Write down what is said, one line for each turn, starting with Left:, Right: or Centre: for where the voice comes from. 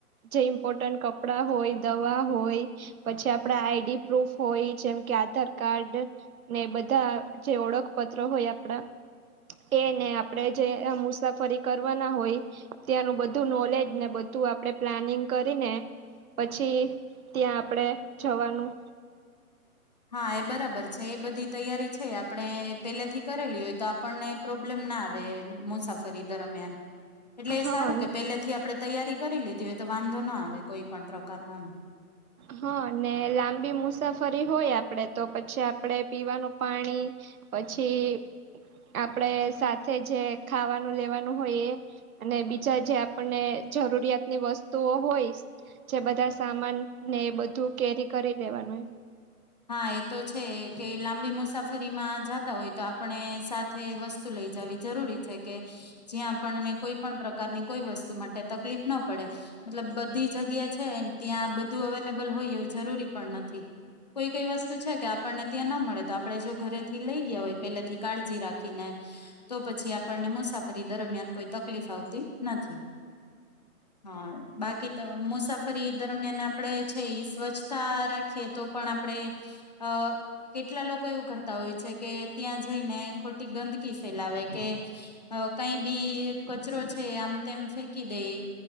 Right: જે ઇમ્પોર્ટન્ટ કપડાં હોય દવા હોય પછી આપડા આઈડી પ્રૂફ હોય જેમ કે આધાર કાર્ડ ને બધા જે ઓળખપત્ર હોય આપણા એને આપણે જે મુસાફરી કરવાના હોય ત્યાંનું બધું નોલેજ ને બધું આપણે પ્લાનિંગ કરીને પછી ત્યાં આપણેે જવાનું.
Left: હા એ બરાબર છે એ બધી તૈયારી છે આપણે પેલેથી કરેલી હોય તો આપણને પ્રોબ્લેમ ના આવે મુસાફરી દરમિયાન એટલે એ
Right: હા
Left: સારું કે પેલે થી આપડે તૈયારી કરી લીધી હોય તો વાંધો ના આવે કોઈ પણ પ્રકાર ન
Right: હા ને લાંબી મુસાફરી હોય આ આપડે તો પછી આપડે પીવાનું પાણી પછી આપડે સાથે જે ખાવાનું લેવાનું હોય એ અને બીજા જે આપણને જરૂરિયાતની વસ્તુઓ હોય જે બધા સામાન ને એ બધું કેરી કરી દેવાનું એમ
Left: હા એ તો છે કે લાંબી મુસાફરીમાં જાતા હોય તો આપણે સાથે વસ્તુ લઈ જવી જરૂરી છે કે જ્યાં આપણને કોઈ પણ પ્રકારની કોઈ વસ્તુ માટે તકલીફ ના પડે મતલબ બધી જગ્યા છે ત્યાં બધું અવેલેબલ હોય એવું જરૂરી પણ નથી. કોઈ કઈ વસ્તુ છે કે આપણને ત્યાં ના મળે તો આપણે જો ઘરેથી લઈ ગયા હોય પેલેથી કાળજી રાખીને તો પછી આપણને મુસાફરી દરમિયાન કોઈ તકલીફ આવતી નથી. હા, બાકી તો મુસા ફરી દરમિયાન આપડે છે સ્વચ્છતા રાખીએ, તો. પણ આપડે અ કેટલા લોકો એવું કરતા હોય છે કે ત્યાં જઈને ખોટી ગંદકી ફેલાવે, કે કંઈ બી કચરો છે આમ તેમ ફેંકી દે.